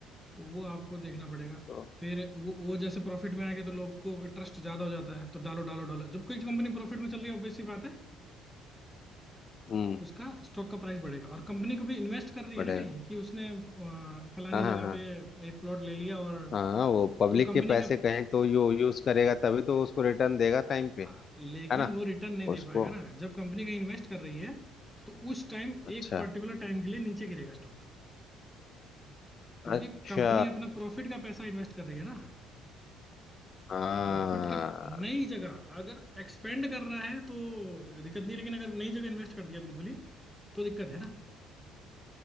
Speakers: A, in the centre; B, on the left (about 45°).
A: तो वो आपको देखना पड़ेगा
B: तो
A: फिर वो वो जैसे प्रॉफिट में आएंगे तो लोग को ट्रस्ट ज्यादा हो जाता है तो डालो डालो डालो जब कोई कंपनी प्रॉफिट में चल रही है ऑब्वियस सी बात है
B: हम्म
A: उसका स्टॉक का प्राइस बढ़ेगा और कंपनी को भी इन्वेस्ट कर रही
B: बढ़ेगा
A: है ना कहीं कि उसने अ, फलानी
B: हाँ हाँ
A: जगह पे एक प्लॉट ले लिया और
B: हाँ हाँ वो पब्लिक
A: तो कंपनी
B: के पैसे
A: का
B: कहीं तो यू यूज करेगा तभी तो उसको रिटर्न देगा टाइम पे
A: हाँ, लेकिन
B: है ना
A: वो रिटर्न नहीं दे
B: उसको
A: पाएगा ना जब कंपनी कहीं इन्वेस्ट कर रही है तो उस टाइम
B: अच्छा
A: एक पर्टिकुलर टाइम के लिए नीचे गिरेगा स्टॉक क्योंकि
B: अच्छा
A: कंपनी अपना प्रॉफिट का पैसा इन्वेस्ट कर रही है ना
B: हाँ
A: प्रॉफिट का नई जगह अगर एक्सपेंड कर रहा है तो दिक्कत नहीं है लेकिन अगर नई जगह इन्वेस्ट कर दिया बिल्कुल ही तो दिक्कत है ना